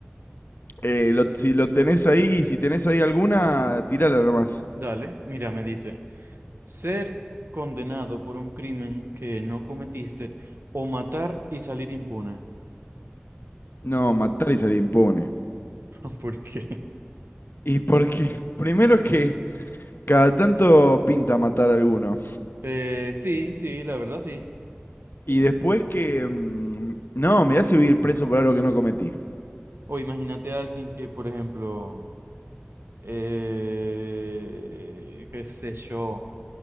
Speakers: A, on the left; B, on the right.
A: Eh, lo- si lo tenés ahí, si tenés ahí alguna, tirala nomás.
B: Dale. Mira, me dice. Ser condenado por un crimen que no cometiste o matar y salir impune.
A: No, matar y salir impune.
B: <laughs> ¿Por qué?
A: Y porque, <laughs> primero que cada tanto pinta matar a alguno.
B: Eh, sí, sí, la verdad sí.
A: Y después que... mm, No, me hace ir preso por algo que no cometí.
B: O imagínate a alguien que, por ejemplo, Eh, qué sé yo.